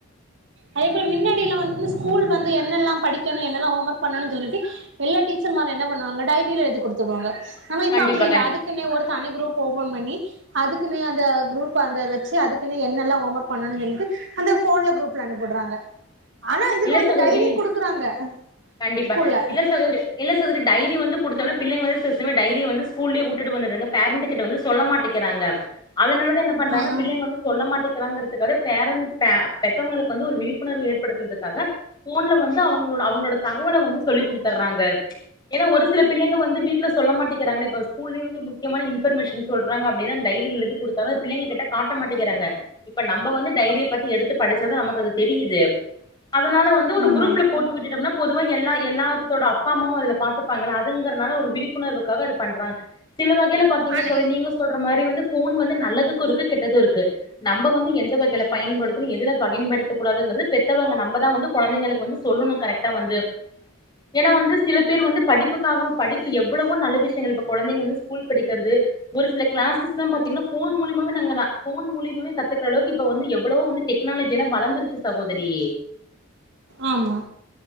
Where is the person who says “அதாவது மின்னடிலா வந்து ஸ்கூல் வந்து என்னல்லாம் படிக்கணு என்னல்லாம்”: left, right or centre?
Right